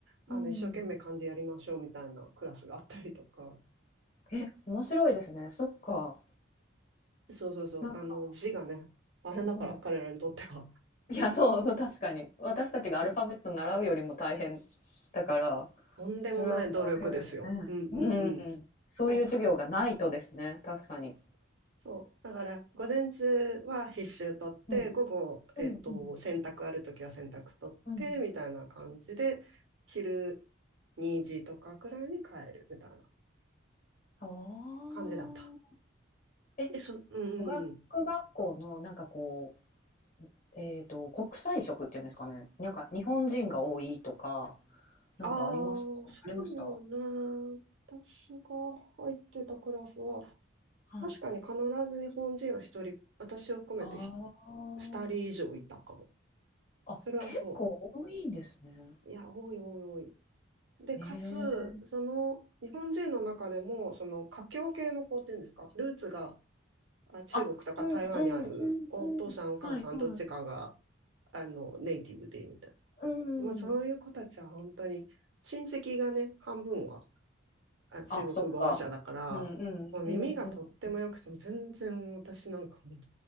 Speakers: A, on the right; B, on the left.
A: あの一生懸命漢字やりましょうみたいなクラスがあったりとか、
B: うんえ、面白いですね。そっか。
A: そうそうそう。
B: なんか
A: あの、字がね、大変だから、
B: うんうん。
A: 彼らにとっては。
B: <laughs> いや、そうそう、確かに。私たちがアルファベット習うよりも大変だから、
A: <laughs> とんでもない努力ですよ。
B: それはそういうね、
A: うんうんうん。
B: うん、そういう授業がないとですね、
A: そう、
B: 確かに。
A: そう。だから、午前中は必修取って、
B: うん。
A: 午後、えっと、
B: うんうん。
A: 洗濯あるときは洗濯取って、
B: うん。
A: みたいな感じで、昼2時とかくらいに帰る、みたいな
B: ああ。
A: 感じだった。
B: え、
A: え、そ、うんうんうん。
B: 語学学校のなんかこう、えっと、国際色っていうんですかね、なんか日本人が多いとかなんかありますか？
A: あ
B: ありました？
A: あ、そうね。
B: は
A: 私が入ってたクラスは、
B: い。
A: 確かに必ず日本人は一人、私を含めてひ
B: ああ。
A: 二人以上いたかも。
B: あ、
A: それはそ
B: 結構多いんですね。
A: う。いや、多い多い多い。で、
B: ええ。
A: かつ、その、日本人の中でも、その、華僑系の子っていうんですか、ルーツがあ中国とか台湾にある、
B: あうんうんうんうん。
A: お父さん、お母さん、
B: はいはい。
A: どっちかが、あの、ネイティブで、みたい
B: うんうん。
A: な。まあ、そういう子たちは本当に、親戚がね、半分はあ中国語話者だから、
B: あ、そっか。うんうんうんうん。
A: もう耳がとっても良くても全然私なんかもう